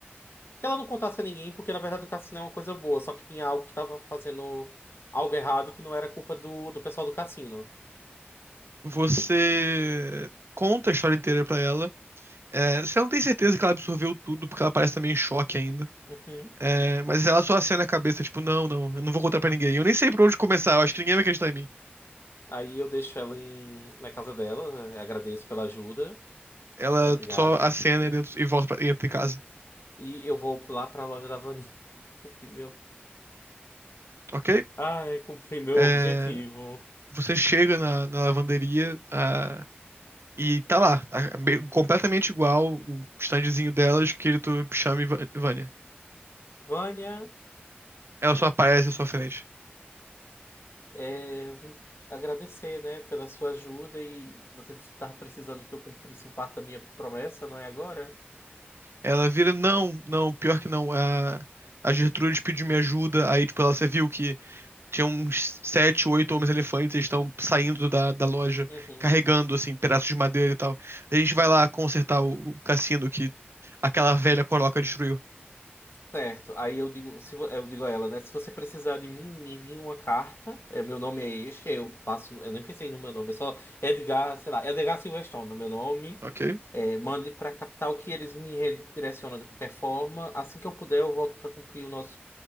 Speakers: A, on the left; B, on the right.
A: que ela não contasse a ninguém, porque na verdade o cassino é uma coisa boa, só que tinha algo que tava fazendo algo errado que não era culpa do, do pessoal do cassino.
B: Você conta a história inteira pra ela. É, você não tem certeza que ela absorveu tudo, porque ela parece também em choque ainda.
A: Uhum.
B: É, mas ela só acena a cabeça, tipo, não, não, eu não vou contar pra ninguém. Eu nem sei por onde começar, eu acho que ninguém vai acreditar em mim.
A: Aí eu deixo ela em, na casa dela, eh, agradeço pela ajuda.
B: Ela
A: É, Obrigado,
B: só acena
A: minha querida.
B: e, dentro- e volta pra, e entra em casa,
A: E eu vou lá pra loja da Vani. <laughs> cumprir meu
B: ok?
A: Ai, cumpri meu
B: É,
A: objetivo.
B: você chega na, na lavanderia, a, E tá lá, tá meio- completamente igual o standzinho dela, escrito Chame Va- Vânia.
A: Vânia,
B: Ela só aparece à sua frente.
A: é, eu vim agradecer, né, pela sua ajuda e você disse que estava precisando que eu cumprisse um parte da minha promessa, não é agora?
B: Ela vira, não, não, pior que não. A, a Gertrude pediu minha ajuda. Aí, tipo, ela, você viu que tinha uns sete, oito homens-elefantes, eles estão saindo da, da loja,
A: Uhum.
B: carregando, assim, pedaços de madeira e tal. A gente vai lá consertar o, o cassino que aquela velha coroca destruiu.
A: Certo. Aí eu digo, se, vo- eu digo a ela, né, se você precisar de mim, me envie uma carta. É, meu nome é este, aí eu passo, eu nem pensei no meu nome, é só Edgar, sei lá, Edgar Silverstone, no meu nome.
B: Ok?
A: É, mande para a capital que eles me redirecionam de qualquer forma. Assim que eu puder, eu volto para cumprir o nosso